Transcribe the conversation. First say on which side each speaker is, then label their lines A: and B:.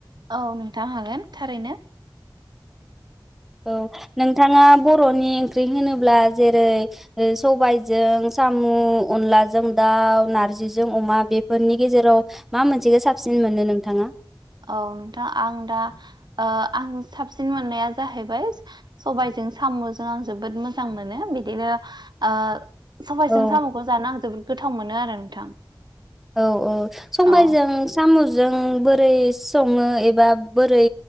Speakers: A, on the right; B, in the centre.
A: औ नोंथां हागोन थारैनो
B: औ नोंथाङा बर'नि ओंख्रि होनोब्ला जेरै सबायजों साम' अनलाजों दाउ नारजिजों अमा बेफोरनि गेजेराव मा मोनसेखौ साबसिन मोनो नोंथाङा
A: औ नोंथां आं दा आं साबसिन मोननाया जाहैबाय सबायजों साम'जों आं जोबोद मोजां मोनो बिदिनो आ सबाइजों
B: औ
A: साम'खौ जानो आं जोबोर गोथाव मोनो आरो नोंथां
B: औ औ सबायजों
A: औ
B: साम'जों जों बोरै सङो एबा बोरै